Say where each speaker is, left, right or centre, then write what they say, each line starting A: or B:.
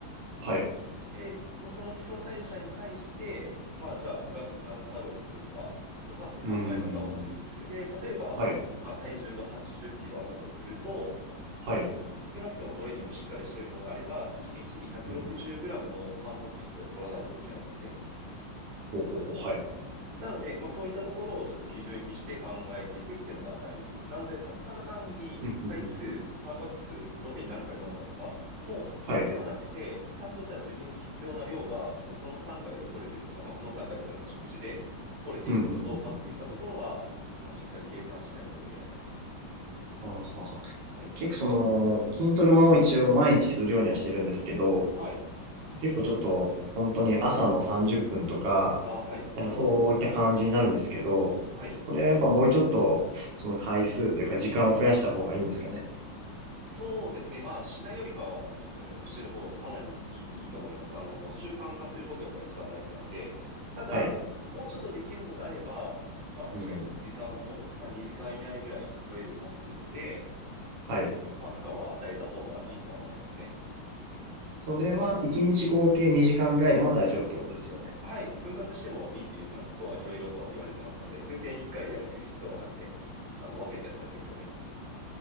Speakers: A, on the right; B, on the right.
A: はい。
B: で、もうその基礎代謝に対して、まあじゃあプラス何カロリー取るかとかって考え方をするんですね。
A: うーん。
B: で、例えば、
A: はい。
B: まあ体重が80キロあったとすると、
A: はい。
B: 少なくともトレーニングをしっかりしているのであれば、1日に160グラムのタンパク質を取らないといけないんですね。
A: うんうんほうほうほう。はい。
B: なので、まあそういったところをちょっと基準にして考えていくっていうのが大事です。なので、た、ただ単に回数、
A: うんうんうん
B: タンパク質、プロテイン何回飲んだとか、もう、
A: はい。
B: ではなくて、ちゃんとじゃあ自分に必要な量が、じゃあその3回で取れているのか、まあその3回プラス食事で取れているのかどうかっていったところは、
A: うんうんうんうん
B: あの、しっかり計算しないといけないです。
A: はあはあはあ。
B: はい。
A: 結構その、筋トレも一応毎日するようにはしてるんですけど、
B: はい。
A: 結構ちょっと本当に朝の30分とか、
B: あ、はい。
A: なんかそういった感じになるんですけど、
B: はい。
A: これはやっぱもうちょっと、その回数というか時間を増やした方がいいんですかね。
B: そうですね。まあ、しないよりかは30分でもしてる方がかなりいい、いいと思います。あの、習慣化することがやっぱ一番大事なんで、ただ、
A: はい。
B: もうちょっとできるのであれば、まあ確かに時間を、
A: うん
B: まあ2時間以内ぐらい取れるだけ取って、
A: はい。
B: まあ負荷は与えた方がいいとは思いますね。
A: それは1日合計2時間ぐらいでも大丈夫ってことですよね。
B: はい、分割してもいいっていうふうなことはいろいろとは言われてますので、全然1回でやる必要はなくて、あの、分けてやってもいいと思います。